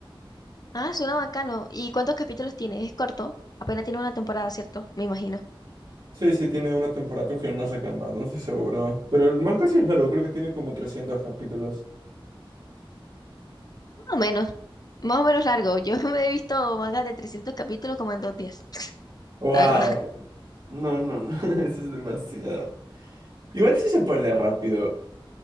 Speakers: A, on the left; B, on the right.
A: Ah, suena bacano. ¿Y cuántos capítulos tiene? Es corto. Apenas tiene una temporada, ¿cierto? Me imagino.
B: Sí, sí, tiene una temporada, creo que no la sacan más, no estoy seguro. Pero el manga sí es largo, creo que tiene como trescientos capítulos.
A: Más o menos. Más o menos largo. Yo <laughs> me he visto mangas de 300 capítulos como en dos días.
B: ¡Wow!
A: La verdad. <laughs>
B: No, no, no, <laughs> eso es demasiado. Igual sí se puede leer rápido.